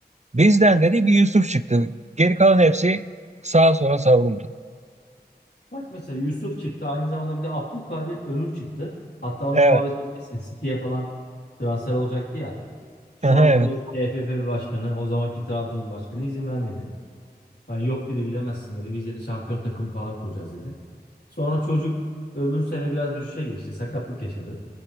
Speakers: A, on the right; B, on the left.
A: Bizden dedi bir Yusuf çıktı. Geri kalan hepsi sağa sola savruldu.
B: Bak mesela Yusuf çıktı. Aynı zamanda bir de Abdülkadir Ömür çıktı. Hatta onun
A: Evet.
B: muhabbeti bilirsin. City'ye falan transfer olacaktı ya. Şu
A: Aha,
B: anki
A: evet.
B: TFF başkanı, o zamanki Trabzon'un başkanı izin vermedi. Hani yok dedi gidemezsin dedi. Biz de şampiyon takım falan kuracağız dedi. Sonra çocuk öbür sene biraz düşüşe geçti. Sakatlık yaşadı.